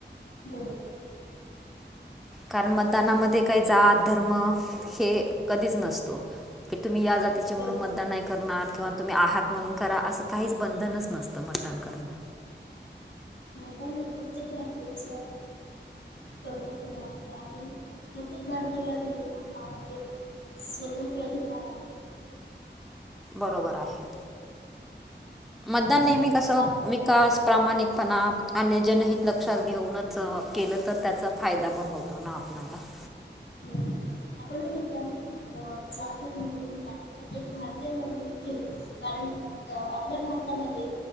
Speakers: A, on the left (about 75°); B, in the centre.
A: बर.
B: कारण मतदानामध्ये काही जात, धर्म हे कधीच नसतो की तुम्ही या जात तिचे
A: बरोबर
B: म्हणून मतदान नाही करणार किंवा तुम्ही आहात म्हणून करा असं काहीच बंधनच नसतं मतदान करणं.
A: मतदान हे कर्तव्य आहे तेंचा. कर्तव्य आहे आणि प्रत्येक भारतीला गेलेला हा एक स्वतंत्र अधिकारा.
B: बरोबर आहे मतदान
A: आणि
B: नेहमी कशावर
A: आप
B: विक कास प्रामाणिकपणा आणि जनहित लक्षात घेऊनच केलं तर त्याचा फायदा पण होतो ना. नला <unintelligible>
A: हो. आपण मतदान म ब जात धर्म बघून नाही तर एक भारतीय म्हणून घेतो च कारण अ आपल्या भारती